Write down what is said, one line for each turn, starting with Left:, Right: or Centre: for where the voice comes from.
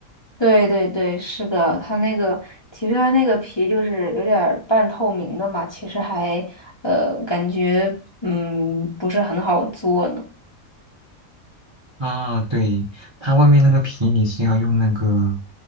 Left: 对对对，是的，它那个其实它那个皮就是有点儿半透明的嘛，其实还呃感觉嗯不是很好做呢。
Right: 啊，对，它外面那个皮你是要用那个